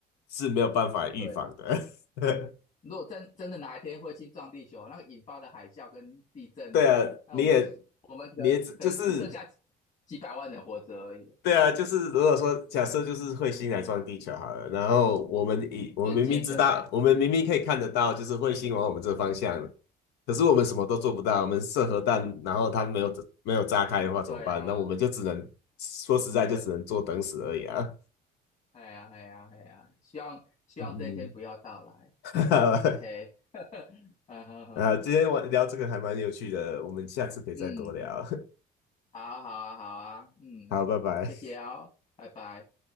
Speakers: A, on the left; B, on the left.
A: 是没有办法预防的。
B: 对啊，
A: <laughs>
B: 如果真真的哪一天彗星撞地球，那个引发的海啸跟地震，
A: 对啊，
B: 那我们
A: 你也
B: 我们可能可能只剩下几
A: 你也只就是
B: 几百万人活着而已，
A: 对啊，就是如果说假设就是彗星来撞地球好了，
B: 几
A: 然后我们以我们明明知道，
B: 瞬间的、欸。
A: 我们明明可以看得到，就是彗星往我们这方向，可是我们什么都做不到，我们射核弹，然后它没有没有炸开的话怎么办？
B: 对啊，
A: 那我们就只能说实在就只能坐等死而已啊。
B: 等，哎呀，哎呀，哎呀，希望希望这一天不要到来。
A: 嗯嗯
B: OK，<laughs> 嗯哼哼，
A: <laughs> 啊，今天我聊这个还蛮有趣的，我们下次可以再多聊。
B: 嗯，
A: <laughs>
B: 好啊，好啊，好啊，嗯，
A: 好，拜拜。
B: 谢谢哦，拜拜。